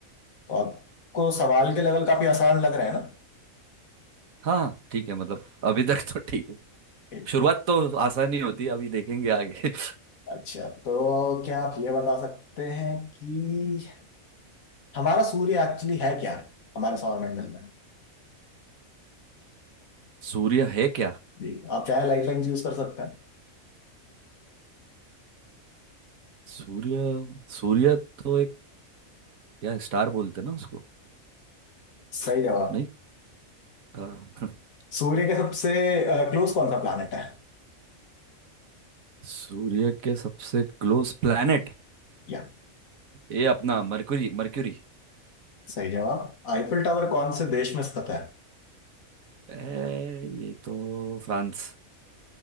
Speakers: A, on the left; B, on the right.
A: तो आपको सवाल के लेवल काफी आसान लग रहे हैं ना
B: हाँ हाँ, ठीक है मतलब अभी तक तो ठीक है
A: ठीक
B: शुरुआत
A: है
B: तो आसान ही होती है अभी देखेंगे आगे <laughs>
A: अच्छा तो क्या आप ये बता सकते हैं कि हमारा सूर्य एक्चुअली है क्या हमारे सौरमंडल में
B: सूर्य है क्या
A: जी आप चाहे लाइफलाइन यूज कर सकते हैं
B: सूर्य सूर्य तो एक क्या स्टार बोलते हैं ना उसको
A: सही जवाब
B: नहीं हाँ। <laughs>
A: सूर्य के सबसे क्लोज कौन सा प्लानट है
B: सूर्य के सबसे क्लोज प्लैनेट
A: या
B: ये अपना मरकुरी मरक्यूरी
A: सही जवाब आईफिल टावर कौन से देश में स्थित है
B: ए, ये तो फ्रांस